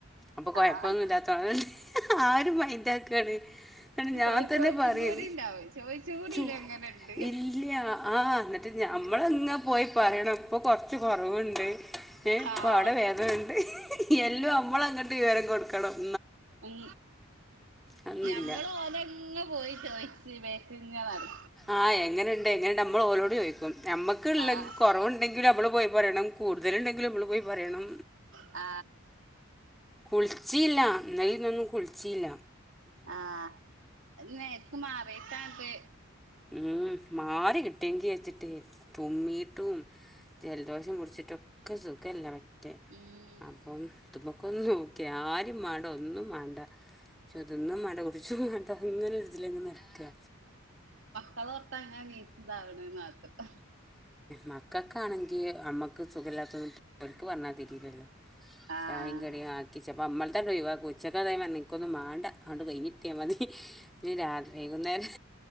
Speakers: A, in the centre; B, on the right (about 65°).
A: അപ്പൊ കൊയപ്പൊന്നുല്ലാതഅ
B: ആഹ്
A: ആര് മൈന്റാകാന് ങ്ങനെ ഞാൻതെന്നെ
B: ഒരു ചോയിച്ചും
A: പറ്യും
B: കൂടി ഉണ്ടാവും ചോയിച്ചും കൂടിയില്ലേ
A: ചു
B: എങ്ങനെണ്ട്
A: ഇല്ല്യ ആ ങ്ങട്ട് ഞാ മമള് അങ്ങ് പോയി പറ്യണം പ്പൊ കൊറച് ഇപ്പം കൊറവ്ണ്ട് ഏ ഇപം
B: ആഹ്
A: അവിടെ വേദനണ്ട് എല്ലും ഞമ്മളങ്ങട്ട് വിവരം കൊട്ക കട അ
B: ഉം
A: അതൊന്നുല്ല
B: ഞമ്മള് ഓന്റങ്ങ് പോയി ട്ട് പോയി പി വേക്ക്ങ്ങ നട്
A: ആ എങ്ങനെണ്ട് എങ്ങനെണ്ട് അമ്മള് ഓലോട് ചോയ്കും അമ്മക്ക്‌ ള്ള
B: ആഹ്
A: കൊറവ്ണ്ടങ്കില് അവള് പോയി പറണം കുടുതല് ഇണ്ടെങ്കിലും അവള് പോയി പ പറ്യണം
B: ആ
A: കുളിച്ച്യില്ല ഇന്നലിം ഇന്നൊന്നും കുളിച്ച്യില്ല
B: ആഹ് അത് നേർക്ക് മാറിയിട്ടാത്
A: ഉ മാറി കിട്ടിയെങ്കിൽ വെച്ചിട്ട് തുമ്മീട്ടും ജലദോഷം കുടിച്ചിട്ടൊക്കെ സുഖല്ല റ്റേ
B: ഉം
A: അപ്പം തുമ്പുകു നോക്യാ ആരിം മാണ്ട ഒന്നും മാണ്ട തിന്നുംമാണ്ട കുടിചുംമാണ്ട ത അങ്ങനെര്തിലങ്ങ് നട്കാ
B: കവർതാ ഇങ്ങനെ നീചി താവ് അ യിനാക് ത
A: മക്കക്കാണെങ്കി അമ്മക് സുഖല്യാതദൊന്നും അവർക് പറഞ്ഞാ തിരീലല്ലോ
B: ആഹ്
A: ചായേം കടിം ആക്കി സെപ്പം അമ്മൾതരേയ് വാ കുച്ചക് അതേഴിമനിക്ക് ഒന്നും മാണ്ട അട് കൈഞ്ഞിട്ടേയ് മതീ ഇനി രാ വൈകുന്നേരം